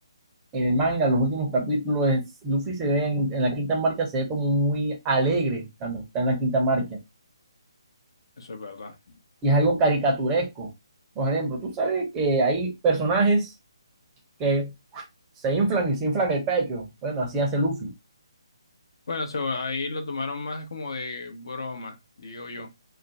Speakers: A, on the right (about 15°); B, on the left (about 60°).
A: en el manga, los últimos capítulos, es- Luffy se ve en, en la quinta marca, se ve como muy alegre cuando está en la quinta marca.
B: eso es verdad.
A: Y es algo caricaturesco. Por ejemplo, tú sabes que hay personajes que se inflan y se inflan el pecho. Bueno, así hace Luffy.
B: Bueno, eso ahí lo tomaron más como de broma, digo yo.